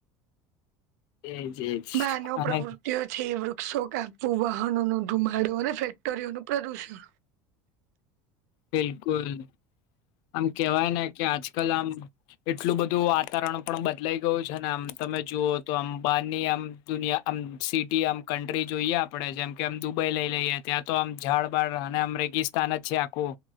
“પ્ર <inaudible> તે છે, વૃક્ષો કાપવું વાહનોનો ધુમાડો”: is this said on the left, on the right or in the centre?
Right